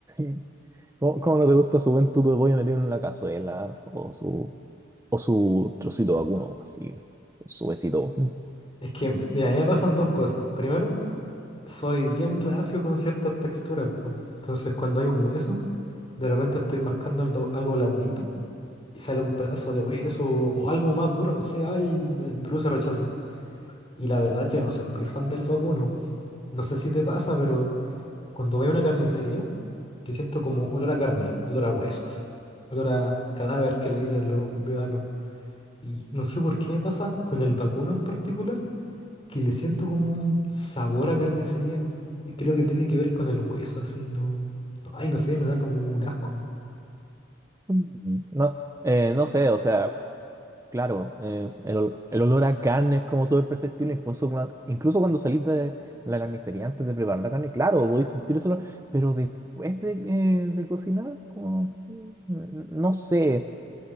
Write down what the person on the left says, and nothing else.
Es que, m- mira, a mí me pasan dos cosas. Primero, soy bien reacio con ciertas texturas, po. Entonces, cuando hay un hueso, de repente estoy mascando algo, algo blandito y sale un pedazo de hueso o algo más duro, no sé, ay, me produce rechazo. Y la verdad, yo no soy muy fan del vacuno. No sé si te pasa, pero cuando voy a una carnicería, yo siento como olor a carne, olor a hueso, sí. Olor a cadáver que le dicen los veganos. Y no sé por qué me pasa con el vacuno en particular. que le siento como un sabor a carnicería. Y Creo que tiene que ver con el hueso, así, no. no, Ay, no sé, me da como un asco.